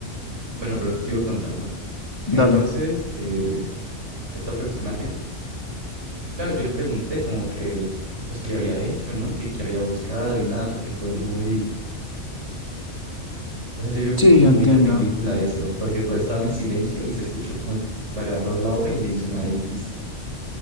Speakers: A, on the right; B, on the left.
A: Bueno, pero te sigo contando.
B: Dale.
A: Entonces, eh, este personaje, claro, yo le pregunté como que, pues, qué había hecho, ¿no? Que qué había buscado y nada, porque fue muy O sea, se vio como
B: Sí,
A: que muy
B: yo entiendo.
A: de película eso, porque todo estaba en silencio y se escuchó como él agarró la hoja y le hizo una X.